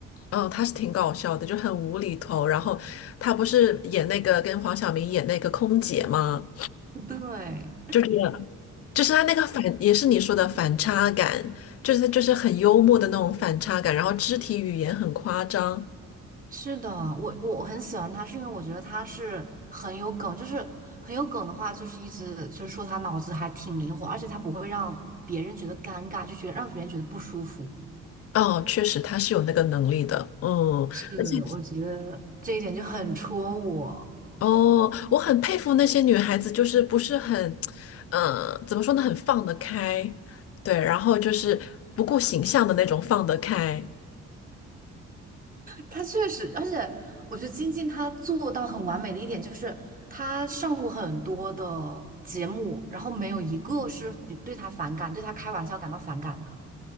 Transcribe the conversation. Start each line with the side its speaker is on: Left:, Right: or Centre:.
Left: 嗯，他是挺搞笑的，就很无厘头。然后他不是演那个跟黄晓明演那个空姐吗？
Right: 对，
Left: 就觉得就是他那个反，也是你说的反差感，就是他就是很幽默的那种反差感，然后肢体语言很夸张。
Right: 是的，我我很喜欢他，是因为我觉得他是很有梗，就是很有梗的话，就是一直就是说他脑子还挺灵活，而且他不会让别人觉得尴尬，就觉得让别人觉得不舒服。
Left: 哦，确实他是有那个能力的，嗯，
Right: 是，
Left: 而且
Right: 我觉得这一点就很戳我。
Left: 哦，我很佩服那些女孩子，就是不是很，嗯、怎么说呢，很放得开，对，然后就是不顾形象的那种放得开。
Right: 他确实，而且我觉得金靖他做到很完美的一点就是，他上过很多的节目，然后没有一个是比对他反感、对他开玩笑感到反感的。